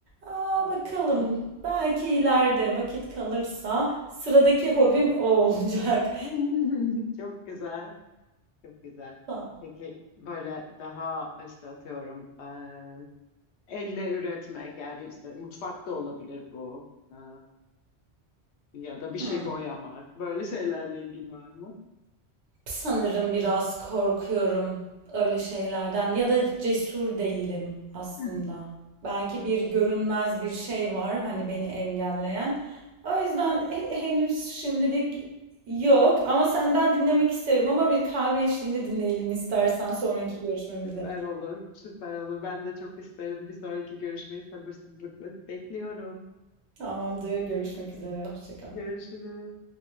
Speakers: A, on the right; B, on the left.
A: Aa,
B: Evet.
A: bakalım. Belki ileride vakit kalırsa sıradaki hobim o olacak.
B: <laughs> Çok güzel. Çok güzel.
A: <laughs>
B: Peki böyle daha işte atıyorum eee, elle üretmek yani işte mutfak da olabilir bu. Eee, ya da bir şey
A: Hı.
B: boyamak. Böyle şeylerle ilgin var mı?
A: Sanırım biraz korkuyorum öyle şeylerden ya da cesur değilim aslında.
B: <laughs>
A: Belki bir görünmez bir şey var hani beni engelleyen. O yüzden he- henüz şimdilik yok ama senden dinlemek isterim ama bir kahve eşliğinde dinleyelim istersen sonraki görüşmemizde.
B: Süper olur. Süper olur. Ben de çok isterim. Bir sonraki görüşmeyi sabırsızlıkla bekliyorum.
A: Tamamdır, görüşmek üzere, hoşça kal.
B: Görüşürüz.